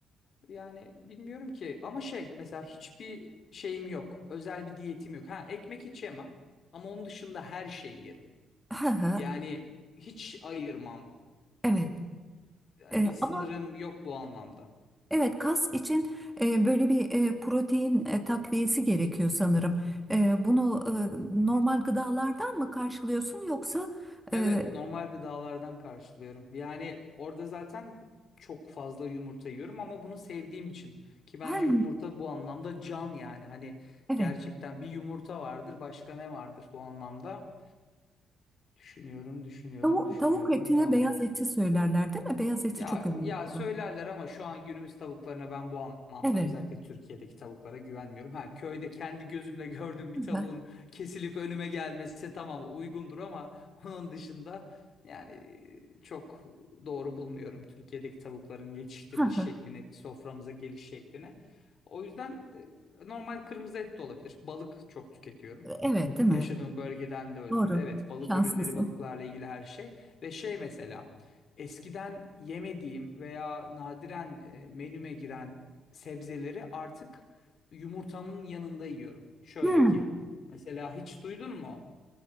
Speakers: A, on the left; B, in the centre.
A: Yani bilmiyorum ki ama şey mesela hiçbir şeyim yok. Özel bir diyetim yok. Ha ekmek hiç yemem ama onun dışında her şeyi yerim.
B: Aha,
A: Yani hiç ayırmam.
B: Evet.
A: Yani
B: E,
A: bir sınırım
B: ama
A: yok bu anlamda.
B: evet kas için e, böyle bir e, protein e, takviyesi gerekiyor sanırım. E, bunu e, normal gıdalardan mı karşılıyorsun yoksa
A: Evet
B: e,
A: normal gıdalardan karşılıyorum. Yani orada zaten çok fazla yumurta yiyorum ama bunu sevdiğim için. Ki bence
B: her
A: yumurta bu anlamda can yani. Hani
B: Evet.
A: gerçekten bir yumurta vardır başka ne vardır bu anlamda. Düşünüyorum, düşünüyorum,
B: Tavuk,
A: düşünüyorum
B: tavuk etine
A: ne olabilir?
B: beyaz eti söylerler değil mi? Beyaz eti
A: Ya
B: çok önemli.
A: ya
B: olan.
A: söylerler ama şu an günümüz tavuklarına ben bu anlamda
B: Evet.
A: özellikle Türkiye'deki tavuklara güvenmiyorum. Ha köyde kendi gözümle gördüğüm bir
B: Aha,
A: tavuğun kesilip önüme gelmesi tamam uygundur ama onun dışında yani e, çok doğru bulmuyorum Türkiye'deki tavukların yetiştiriliş
B: aha.
A: şeklini, soframıza geliş şeklini. O yüzden e, normal kırmızı et de olabilir. Balık çok tüketiyorum.
B: Evet, değil mi?
A: Yaşadığım bölgeden de ötürü.
B: Doğru.
A: Evet, balık
B: Şanslısın.
A: ürünleri, balıklarla ilgili her şey. Ve şey mesela, eskiden yemediğim veya nadiren e, menüme giren sebzeleri artık yumurtamın yanında yiyorum. Şöyle
B: Hmm,
A: ki, mesela hiç duydun mu?